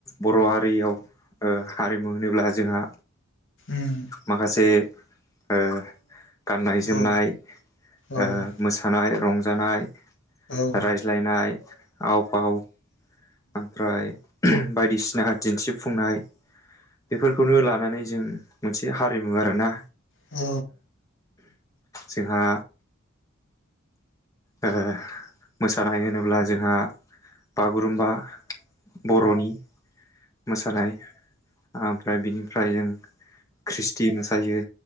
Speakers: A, on the left; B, on the left.
A: बर'आथ रैयाव ओ हारिमु होनोब्ला जोंहा
B: उम
A: माखासे ओ। गाननाय जोमनाय
B: औ औ
A: ओ मोसानाय रंजानाय।
B: औ
A: रायज्लायनाय आव फाव ओमफ्राय बायदिसिना दिन्थिफुंनाय बेफोरखौनो लानानै जों। मोनसे हारिमु आरो ना।
B: औ।
A: जोंहा। ओ मोसानाय होनोब्ला जोंहा बागुरुमबा बर'नि। मोसानाय ओमफ्राय बिनिफ्राय जों ख्रिस्टि मोसायो।